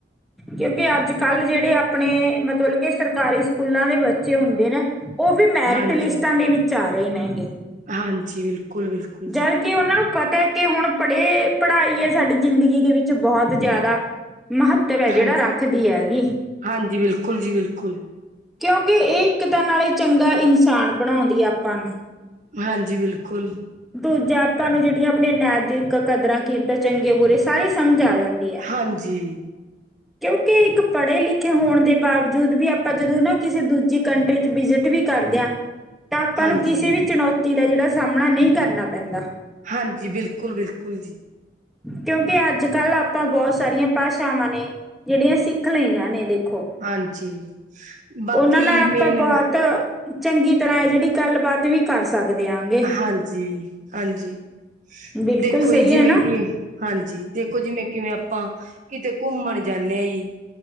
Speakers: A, in the centre; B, on the right.
A: ਕਿਉਂਕਿ ਅੱਜ ਕੱਲ੍ਹ ਜਿਹੜੇ ਆਪਣੇ, ਮਤਲਬ ਕੇ ਸਰਕਾਰੀ ਸਕੂਲਾਂ ਦੇ ਬੱਚੇ ਹੁੰਦੇ ਨੇ ਉਹ ਵੀ ਮੈਰਿਟ
B: ਹਾਂਜੀ
A: ਲਿਸਟਾਂ ਦੇ ਵਿੱਚ ਆ ਰਹੇ ਨੇ ਹੈਗੇ
B: ਹਾਂਜੀ, ਬਿਲਕੁਲ- ਬਿਲਕੁਲ ਜੀ
A: ਜਰ <unintelligible> ਕਿ ਉਹਨਾਂ ਨੂੰ ਪਤਾ ਹੈ ਕਿ ਹੁਣ ਪੜ੍ਹੇ, ਪੜ੍ਹਾਈ ਹੈ ਸਾਡੀ ਜ਼ਿੰਦਗੀ ਦੇ ਵਿੱਚ ਬਹੁਤ ਜ਼ਿਆਦਾ ਮਹੱਤਵ ਹੈ,
B: ਹਾਂਜੀ
A: ਜਿਹੜਾ ਰੱਖਦੀ ਹੈਗੀ
B: ਹਾਂਜੀ ਬਿਲਕੁਲ ਜੀ ਬਿਲਕੁਲ
A: ਕਿਉਂਕਿ ਇਹ ਇੱਕ ਤਾਂ ਨਾਲੇ ਚੰਗਾ ਇਨਸਾਨ ਬਣਾਉਂਦੀ ਹੈ ਆਪਾਂ ਨੂੰ
B: ਹਾਂਜੀ ਬਿਲਕੁਲ
A: ਦੂਜਾ ਆਪਾਂ ਨੂੰ ਜਿਹੜੀਆਂ ਆਪਣੀਆਂ ਨੈਤਿਕ ਕਦਰਾਂ ਕੀਮਤਾਂ ਚੰਗੇ ਬੁਰੇ ਸਾਰੀ ਸਮਝ ਆ ਜਾਂਦੀ ਹੈ।
B: ਹਾਂਜੀ
A: ਕਿਉਂਕਿ ਇੱਕ ਪੜ੍ਹੇ ਲਿਖੇ ਹੋਣ ਦੇ ਬਾਵਜੂਦ ਵੀ ਆਪਾਂ ਜਦੋਂ ਨਾ ਕਿਸੇ ਦੂਜੀ ਕੰਟਰੀ 'ਚ ਵਿਜਿਟ ਵੀ ਕਰਦੇ ਆਂ ਤਾਂ ਆਪਾਂ
B: ਹਾਂਜੀ,
A: ਨੂੰ ਕਿਸੇ ਵੀ ਚੁਣੌਤੀ ਦਾ ਜਿਹੜਾ ਸਾਹਮਣਾ ਨਹੀਂ ਕਰਨਾ ਪੈਂਦਾ
B: ਹਾਂਜੀ, ਬਿਲਕੁਲ -ਬਿਲਕੁਲ ਜੀ।
A: ਕਿਉਂਕਿ ਅੱਜ ਕੱਲ੍ਹ ਆਪਾਂ ਬਹੁਤ ਸਾਰੀਆਂ ਭਾਸ਼ਾਵਾਂ ਨੇ ਜਿਹੜੀਆਂ ਸਿੱਖ ਲਈਆਂ ਨੇ ਦੇਖੋ।
B: ਹਾਂਜੀ, ਬਾਕੀ
A: ਉਹਨਾਂ ਨਾਲ ਆਪਾਂ
B: ਮੇਨ
A: ਬਹੁਤ ਚੰਗੀ ਤਰ੍ਹਾਂ ਹੈ ਜਿਹੜੀ ਗੱਲਬਾਤ ਵੀ ਕਰ ਸਕਦੇ ਆਂਗੇ।
B: ਹਾਂਜੀ, ਹਾਂਜੀ
A: ਬਿਲਕੁਲ
B: ਦੇਖੋ
A: ਸਹੀ
B: ਜੀ, ਜਿਵੇਂ
A: ਹੈ ਨਾ
B: ਕਿ, ਹਾਂਜੀ, ਦੇਖੋ ਜਿਵੇਂ-ਕਿਵੇਂ ਆਪਾਂ ਕਿਤੇ ਘੁੰਮਣ ਜਾਂਨੇ ਆ ਜੀ।